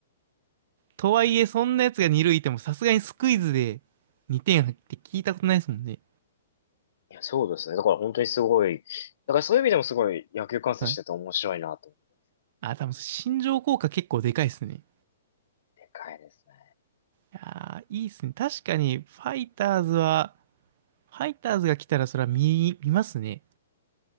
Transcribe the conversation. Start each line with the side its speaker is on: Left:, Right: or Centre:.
Right: とはいえ、そんなやつが二塁いても、さすがにスクイズで2点入って聞いたことないですもんね。
Left: いや、そうですね。だから本当にすごい、だからそういう意味でもすごい野球観戦してて面白いなと思っ
Right: はい。あ、多分、心情効果結構でかいですね。
Left: て。でかいですね。
Right: いやー、いいっすね。確かに、ファイターズは、ファイターズが来たらそれは見、見ますね。